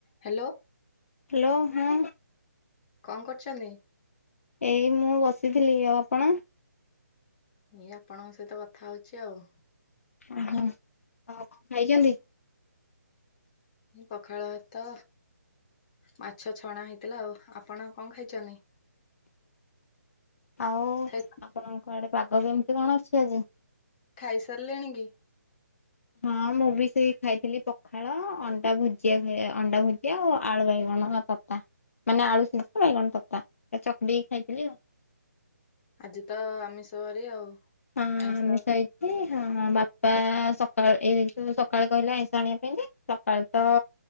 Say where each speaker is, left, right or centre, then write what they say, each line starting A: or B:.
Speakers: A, on the left (about 25°); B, on the left (about 50°).
A: Hello.
B: Hello ହଁ।
A: କଣ କରୁଛନ୍ତି?
B: ଏଇ ମୁଁ ବସିଥିଲି ଆଉ ଆପଣ।
A: ଏଇ ଆପଣଙ୍କ ସହିତ କଥା ହଉଛି ଆଉ।
B: ଓହୋ ଆଉ କଣ ଖାଇଛନ୍ତି?
A: ପଖାଳ ଭାତ ମାଛ ଛଣା ହେଇଥିଲା ଆଉ ଆପଣ। କଣ ଖାଇଛନି?
B: ଆଉ
A: ଖାଇ
B: ଆପଣଙ୍କ ଆଡେ ପାଗ କେମିତି କଣ ଅଛି ଆଜି?
A: ଖାଇ ସାରିଲେଣି କି?
B: ହଁ ମୁଁ ବି ସେଇ ଖାଇଥିଲି ପଖାଳ ଅଣ୍ଡା ଭୁଜିଆ ଅଣ୍ଡା ଭୁଜିଆ ଆଉ ଆଳୁ ବାଇ କଣ ତତା ମାନେ ଆଳୁ ସିଜା ବାଇଗଣ ତତା ଏ ଚକିଟିକି ଖାଇଥିଲି ଆଉ।
A: ଆଜି ତ ଆମିଷ ବାରି ଆଉ।
B: ହଁ
A: ଆଇଁଷ
B: <unintelligible> ଏ- ହଁ ବାପା ସକାଳେ ଏଇ ଯଉ ସକାଳେ କହିଲେ ଆଇଁଷ ଆଣିବା ପାଇଁ ଯେ ସକାଳୁ ତ